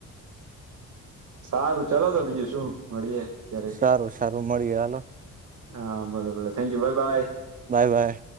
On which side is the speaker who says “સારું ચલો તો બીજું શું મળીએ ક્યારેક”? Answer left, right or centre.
Right